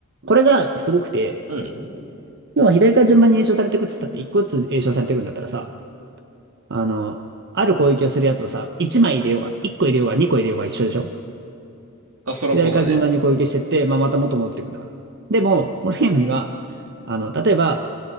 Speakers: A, on the right; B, on the right.
A: これがやっぱすごくて、
B: うん。
A: 要は左から順番に詠唱されていくっつったって、一個ずつ詠唱されていくんだったらさ、あの、ある攻撃をするやつをさ、一枚入れようが、一個入れようが、二個入れようが一緒でしょ
B: あ、そらそうだね。
A: 左から順番に攻撃してって、まあ、また元戻っていくんだから。でも、このゲームには、あの、例えば、